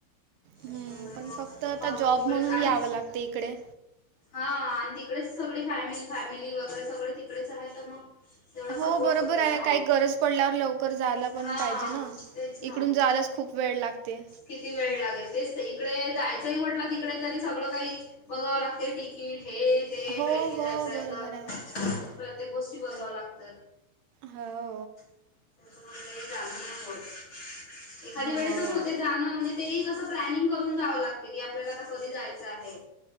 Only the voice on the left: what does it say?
त्याच्यामुळे
मग
पाहू
तिकडेच
आणि
हा आणि तिकडेच सगळी फॅमिली, फॅमिली वगैरे सगळे तिकडेच आहे तर मग तेवढा
सपोर्ट
होते
ना.
हा
तेच
ना
किती वेळ लागेल तेच इकडे जायचंही म्हटलं तिकडे तरी सगळं काही बघावं लागते तिकीट हे, ते
ट्रेननी
जायचं आहे
का.
प्रत्येक गोष्टी बघाव्या लागतात.
<unintelligible>
हा ना तेही कसं प्लॅनिंग करून जावं लागत की, आपल्याला कशान जायचं आहे.